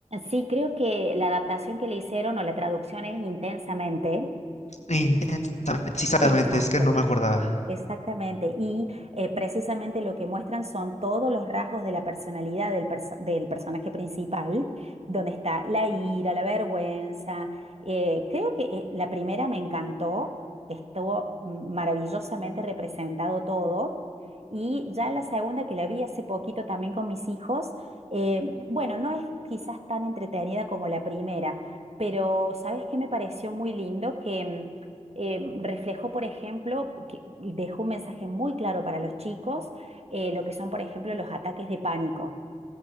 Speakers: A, on the right; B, on the left.
A: sí, creo que la adaptación que le hicieron o la traducción es intensamente.
B: Intensamente, sí, exactamente,
A: Exacto.
B: es que no me acordaba.
A: Exactamente, y eh, precisamente lo que muestran son todos los rasgos de la personalidad del, perso- del personaje principal, donde está la ira, la vergüenza. Eh, creo que eh, la primera me encantó, estuvo maravillosamente representado todo, y ya la segunda que la vi hace poquito también con mis hijos, eh, bueno, no es quizás tan entretenida como la primera, pero ¿sabes qué me pareció muy lindo? Que... mm, eh, reflejó, por ejemplo, que dejó un mensaje muy claro para los chicos, eh, lo que son, por ejemplo, los ataques de pánico,